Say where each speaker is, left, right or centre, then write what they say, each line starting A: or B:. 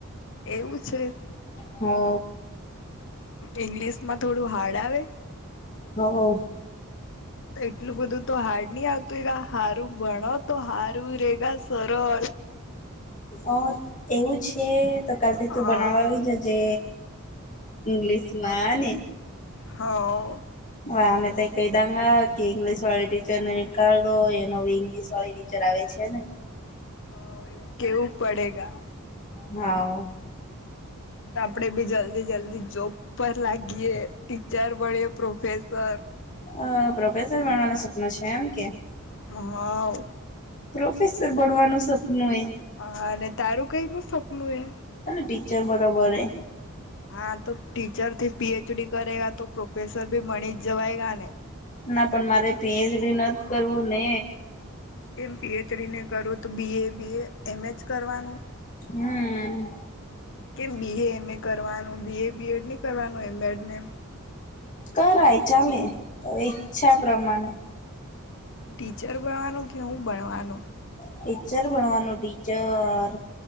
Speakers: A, on the left; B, on the left.
A: એવું છે
B: હો
A: ઈંગ્લિશ માં થોડું હાર્ડ આવે
B: હ હ
A: એટલું બધું તો હાર્ડ નહી આવતું હારું ભણો તો હારું રેગા સરળ
B: અ એવું છે તો કાલ થી તું
A: હા
B: બનાવવા
A: હવ
B: આવી જજે ઇંગ્લિશમાં હને
A: હો
B: આમે તો એકેાયદંગ કેઈંગ્લીશ વાળ ટીચર ને એકળો એનોઈઇ્લીશ વાળ ચરાવે છે ન
A: હા એવું કેવું પડે ગા.
B: હા
A: તો આપણે બી જલ્દી જલ્દી જોબ પર લાગીએ ટીચર ભણીએ પ્રોફેસર
B: અ પ્રોફેસર બનવાનું સપના છે એમ કે.
A: હા.
B: પ્રોફેસર ભણવાનું સપનું એ
A: હા અને તારું કઈ નું સપનું એ.
B: અને ટીચર બરોબર હે
A: હા તો ટીચર થી પીએચડી કરેગા તો પ્રોફેસર ભી મણિત જવાય ગાને
B: ના પણ મારે પીએચડી નથી કરવું ને
A: કેમ પીએચડીને કરું તો બી એ બી એ એમ એચ કરવાનું.
B: હમ.
A: કેમ બી એ એમ એ કરવાનું બી એ બીએડ નહીં કરવાનું એમએડ ને એમ.
B: કરાય ચાલે અવે ઈચ્છા પ્રમાણે.
A: ટીચર ભણવાનું કે હું ભણવાનું
B: ટીચર બણવાનું ટીચર.